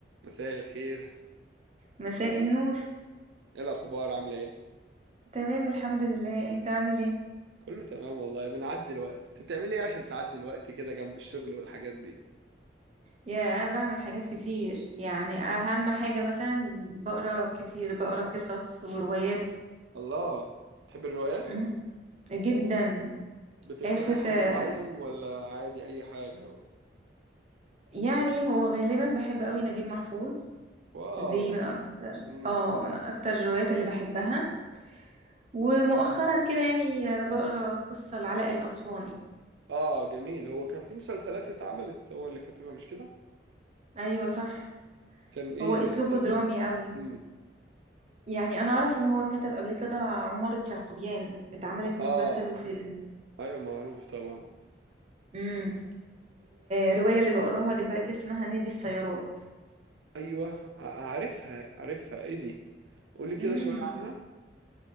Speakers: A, on the right; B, on the right.
A: مساء الخير
B: مساء النور
A: ايه الاخبار عامله ايه
B: تمام الحمد لله انت عامل ايه
A: كله تمام والله بنعدي الوقت انت بتعملي ايه عشان تعدي الوقت كده جنب الشغل والحاجات دي
B: يا بعمل حاجات كتير يعني اهم حاجة مثلا بقرا كتير بقرا قصص وروايات
A: الله بتحب الروايات
B: مم، جدا
A: بتقراي
B: اخر
A: لحد
B: آه،
A: معين ولا عادي اي حاجه
B: يعني هو غالبا بحب قوي نجيب محفوظ
A: واو
B: دي من اكتر
A: امم
B: اه من اكتر الروايات اللي بحبها ومؤخرا كده يعني آه، بقرا قصة لعلاء الاسواني
A: اه جميل هو كان في مسلسلات اتعملت هو اللي كاتبها مش كده
B: ايوه صح
A: كان ايه
B: هو اسلوبه
A: المسلسل
B: درامي قوي
A: امم
B: يعني انا اعرف ان هو كتب قبل كده عمارة يعقوبيان اتعملت
A: اه
B: مسلسل وفيلم
A: ايوه معروف طبعا
B: امم الرواية اللي بقراها دلوقتي اسمها نادي السيارات
A: ايوه ع- عارفها عارفها ايه دي قولي كده
B: امم
A: شويه عنها